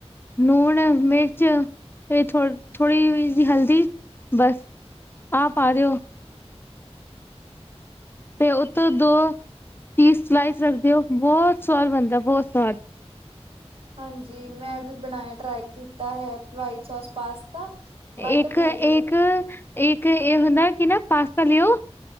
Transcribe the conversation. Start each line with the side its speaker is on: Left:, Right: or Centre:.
Left: ਲੂਣ, ਮਿਰਚ ਏ ਥੋ ਥੋੜੀ ਜੀ ਹਲਦੀ ਬਸ। ਆ ਪਾ ਦਿਓ। ਤੇ ਉਤੋਂ ਦੋ ਚੀਸ ਸਲਾਈਸ ਰੱਖ ਦਿਓ ਬਹੁਤ ਸਵਾਦ ਬਣਦਾ, ਬਹੁਤ ਸਵਾਦ।
Right: ਹਾਂਜੀ ਮੈਂ ਵੀ ਬਣਾਇਆ ਟਰਾਈ ਕੀਤਾ ਹੈ ਵਾਈਟ ਸੋਸ ਪਾਸਤਾ। ਬਟ
Left: ਇੱਕ-
Right: ਮੇਰੇ
Left: ਇੱਕ- ਇੱਕ ਏ ਹੁੰਦਾ ਕਿ ਨਾ ਪਾਸਤਾ ਲਿਓ।